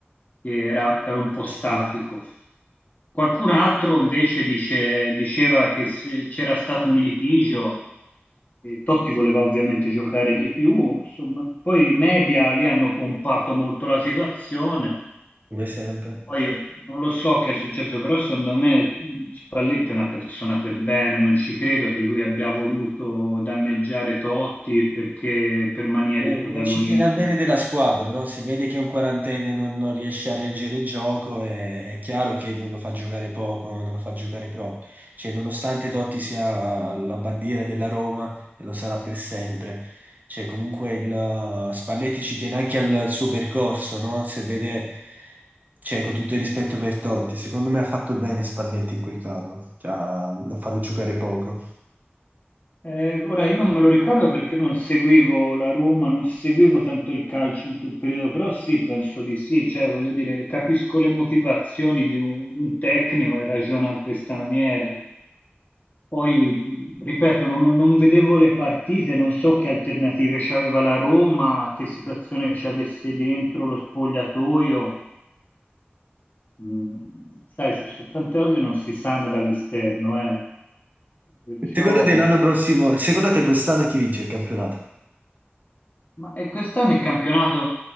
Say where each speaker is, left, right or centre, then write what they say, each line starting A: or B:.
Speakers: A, on the left (about 40°); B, on the right (about 45°).
A: che era, era un po' statico.
B: sì,
A: Qualcun altro invece dice- diceva che se c'era stato un litigio, eh, Totti voleva ovviamente giocare di più, insomma, poi i media lì hanno pompato molto la situazione,
B: come sempre.
A: poi non lo so che è successo, però secondo me mh, Spalletti è una persona per bene, non ci credo che lui abbia voluto danneggiare Totti perché, per mania
B: Eh,
A: di protagonismo.
B: eh, ci tiene al bene della squadra, no? Se vede che un quarantenne non, non riesce a reggere il gioco, è, è chiaro che non lo fa giocare poco, non lo fa giocare proprio. Cioè, nonostante Totti sia la bandiera della Roma, e lo sarà per sempre, cioè, comunque il, uh, Spalletti ci tiene anche al, al suo percorso, no? Se vede, cioè, con tutto il rispetto per Totti, secondo me ha fatto bene Spalletti in quel caso, cioè, a a farlo giocare poco.
A: Eh, ora io non me lo ricordo perché non seguivo la Roma, non seguivo tanto il calcio in quel periodo, però sì, penso di sì, cioè voglio dire, capisco le motivazioni di un, di un tecnico e ragiona in questa maniera. Poi, mh, ripeto, non, non vedevo le partite, non so che alternative c'aveva la Roma, che situazione c'avesse dentro lo spogliatoio. Mm, sai, ci sono tante cose che non si sanno dall'esterno, eh. Perciò...
B: Secondo te l'anno prossimo, secondo te quest'anno chi vince il campionato?
A: Ma e quest'anno il campionato